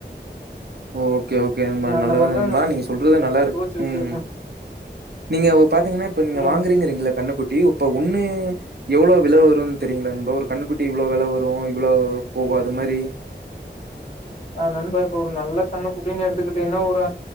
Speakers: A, on the right; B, on the left.
A: ஓ ஓகே ஓகே நண்பா
B: ம் அந்த
A: நல்லது
B: மாரிதா
A: நண்பா நீங்க சொல்றது நல்லா இருக்கு
B: யோசிச்சு வச்சிருக்கே
A: ம் நீங்க ஒ பாத்தீங்கன்னா இப்ப நீங்க
B: சொல்லுங்க
A: வாங்குறீங்கறீங்ளிங்கள கண்ணுக்குட்டி இப்ப ஒன்னு எவ்வளோ வெல வரும்னு தெரியங்களா நண்பா ஒரு கண்ணுக்குட்டி இவ்வளோ வெல வரும் இவ்ளோ போவும் அது மாரி
B: ஆ நண்பா இப்ப ஒரு நல்ல கண்ணு குட்டின்னு எடுத்துக்கிட்டீங்கன்னா ஒரு